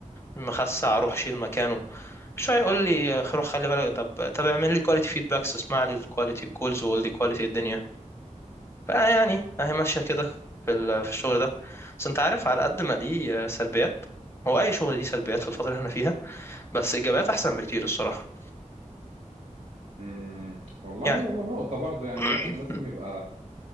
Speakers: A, on the left; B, on the right.
A: مخسع روح شيل مكانه شوية يقول لي آه، روح خلي بالك طب طب اعمل لي كواليتي فيدباكس اسمع لي الكواليتي الكولز وقول لي كواليتي الدنيا فيعني اهي ماشية كده في ال- في الشغل ده بس انت عارف على قد ما ليه آه، سلبيات هو اي شغل ليه سلبيات في الفترة اللي احنا فيها بس ايجابيات احسن بكتير الصراحة
B: امم والله
A: يعني
B: هو نقطة برضو يعني
A: <clears throat>
B: الواحد لازم يبقى